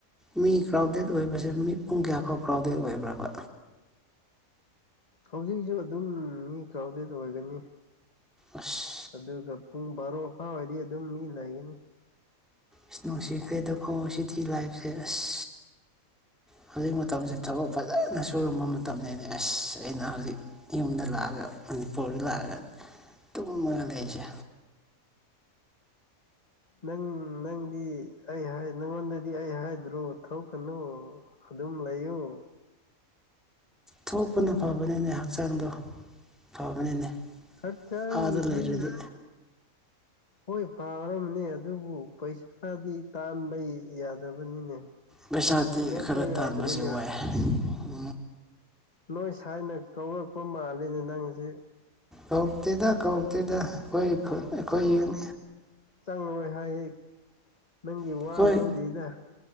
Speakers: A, in the centre; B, on the left.
A: ꯃꯤ ꯀ꯭ꯔꯥꯎꯗꯦꯠ ꯑꯣꯏꯕꯁꯦ ꯃꯤ ꯄꯨꯡ ꯀꯌꯥꯐꯥꯎ ꯀ꯭ꯔꯥꯎꯗꯦꯗ ꯑꯣꯏꯕ꯭ꯔꯕ
B: ꯍꯧꯖꯤꯛꯁꯨ ꯑꯗꯨꯝ ꯃꯤ ꯀ꯭ꯔꯥꯎꯗꯦꯠ ꯑꯣꯏꯒꯅꯤ
A: ꯢꯁ
B: ꯑꯗꯨꯒ ꯄꯨꯡ ꯕꯥꯔꯣ ꯐꯥꯎꯕꯗꯤ ꯑꯗꯨꯝ ꯃꯤ ꯂꯩꯒꯅꯤ
A: ꯏꯁꯅꯨꯡ ꯁꯤꯈ꯭ꯔꯦꯗꯀꯣ ꯁꯤꯇꯤ ꯂꯥꯏꯐꯁꯦ ꯑꯁ ꯑ ꯍꯧꯖꯤꯛ ꯃꯇꯝꯁꯦ ꯊꯕꯛ ꯐꯖꯅ ꯁꯨꯔꯝꯕ ꯃꯇꯝꯅꯤꯅꯦ ꯑꯁ ꯑꯩꯅ ꯍꯧꯖꯤꯛ ꯌꯨꯝꯗ ꯂꯥꯛꯑꯒ ꯃꯅꯤꯄꯨꯔꯗ ꯂꯥꯛꯑꯒ ꯇꯨꯝꯃꯒ ꯂꯩꯔꯤꯁꯦ
B: ꯅꯪ ꯅꯪꯗꯤ ꯑꯩ ꯍꯥꯏ ꯅꯪꯉꯣꯟꯗꯗꯤ ꯑꯩ ꯍꯥꯏꯗ꯭ꯔꯣ ꯊꯣꯛ ꯀꯅꯨ ꯑꯗꯨꯝ ꯂꯩꯌꯨ
A: ꯊꯣꯛꯄꯅ ꯐꯕꯅꯤꯅꯦ ꯍꯛꯆꯥꯡꯗꯣ ꯐꯕꯅꯤꯅꯦ
B: ꯍꯛꯆꯥꯡꯒꯤꯗꯤ
A: ꯑꯥꯗ ꯂꯩꯔꯗꯤ
B: ꯍꯣꯏ ꯐꯥꯒꯗꯕꯅꯦ ꯑꯗꯨꯕꯨ ꯄꯩꯁꯥꯗꯤ ꯇꯥꯟꯕ ꯌꯥꯗꯕꯅꯤꯅꯦ
A: ꯄꯩꯁꯥꯇꯤ
B: ꯂꯦꯞꯄ
A: ꯈꯔ
B: ꯌꯥꯗ꯭ꯔꯦꯅꯦ
A: ꯇꯥꯟꯕꯁꯦ ꯋꯥꯏ ꯎ
B: ꯅꯣꯏ ꯁꯥꯏꯅ ꯀꯧꯔꯛꯄ ꯃꯥꯜꯂꯤꯅꯦ ꯅꯪꯖꯦ
A: ꯀꯧꯇꯦꯗ ꯀꯧꯇꯦꯗ ꯑꯩꯈꯣꯏ ꯈ ꯑꯩꯈꯣꯏ ꯌꯨꯝ
B: ꯆꯪꯔꯔꯣꯏ ꯍꯥꯏꯌꯦ ꯅꯪꯒꯤ
A: ꯑꯩꯈꯣꯏ
B: ꯋꯥ ꯂꯧꯗꯦꯗ